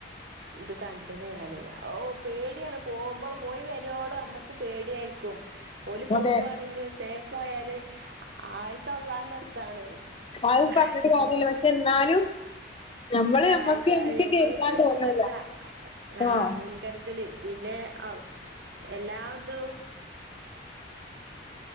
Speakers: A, on the right; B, on the left.
A: ഇത് കണ്ടണ് ഞാന്യ ഓ പേടിയാണ് പോകുമ്പോൾ പോയി വരുവോള് അമ്മക്ക് പേടിയായിരിക്കും ഓർ പോവുവാണെങ്കില്
B: അതെ
A: സേഫ് ആയാല് ആയിസ് അള്ളാന്റെ അടുത്താണ്
B: അത്
A: ആഹ്
B: പറഞ്ഞിട്ട് കാര്യമില്ല പക്ഷെ എന്നാലും നമ്മള് നമ്മക്ക്
A: ആയുസ്സ്
B: നമുക്ക്
A: മ്മളൊക്കെ
B: കരുതാൻ
A: ഒരു
B: തോന്നില്ല
A: ശ്രദ്ധ ആഹ
B: ആ
A: മുൻകരുതലിൽ പിന്നെ ആ എല്ലാതും